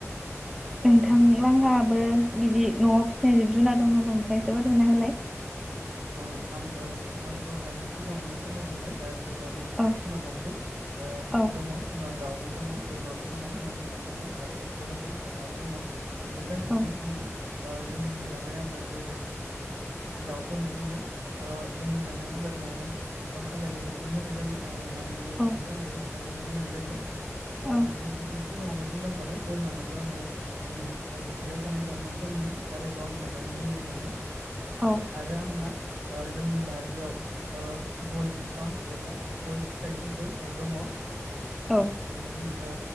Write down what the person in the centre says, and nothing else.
नोंथांलोंहाबो
बिदि न' जे जिब जुनार दं नामा? ओमफ्राय जोबोद हुनाहोलाय,
औ
औ
औ
औ
औ
औ
औ